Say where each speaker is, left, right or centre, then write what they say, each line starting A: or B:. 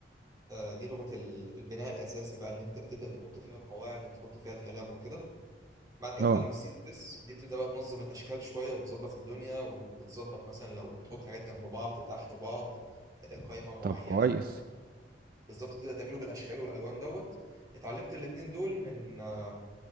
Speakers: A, on the right; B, on the right.
A: آه، دي لغه ال- البناء الاساسي بقى اللي انت بتبدا تحط فيها القواعد وبتحط فيها الكلام وكده بعد كده
B: اه
A: بتتعلم السي اس اس دي بتبدا بقى تنظم الاشكال شويه وتظبط الدنيا و- وتظبط مثلا لو تحط حاجات جنب بعض تحت بعض آه، قائمه معينه
B: طب كويس
A: بالظبط تبدا تعمله بالاشكال والالوان دوت اتعلمت الاتنين دول من آه،